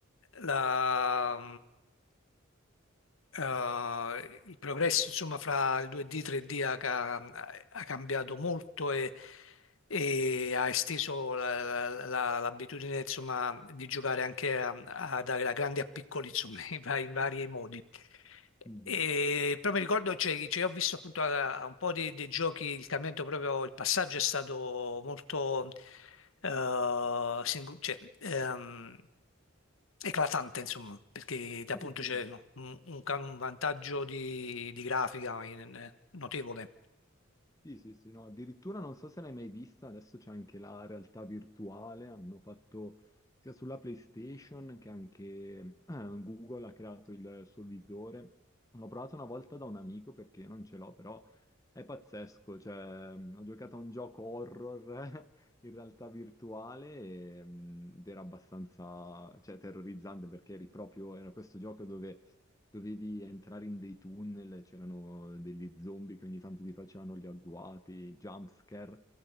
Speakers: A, on the left; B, on the left.
A: la- eh, il progresso insomma fra il 2D e 3D ha, ca- ha cambiato molto e, e ha esteso la- la- la- l'abitudine insomma di giocare anche a, a- da, da grandi a piccoli insomma <laughs> in vari in vari modi.
B: Mm.
A: E però mi ricordo, cioè, cioè, ho visto appunto a- a un po' dei, dei giochi, il cambiamento proprio, il passaggio è stato molto, eh, singo- cioè, ehm, eclatante, insomma, perché appunto
B: Sì, sì.
A: c'è un, un cam- un vantaggio di, di grafica in- notevole.
B: Sì, sì, sì, no, addirittura non so se l'hai mai vista, adesso c'è anche la realtà virtuale, hanno fatto sia sulla PlayStation che anche eh, Google ha creato il suo visore. L'ho provato una volta da un amico perché non ce l'ho, però è pazzesco, cioè mh, ho giocato a un gioco horror <laughs> in realtà virtuale e, mh, ed era abbastanza, cioè, terrorizzante perché eri proprio, era questo gioco dove dovevi entrare in dei tunnel, c'erano degli zombie che ogni tanto ti facevano gli agguati, jumpscare,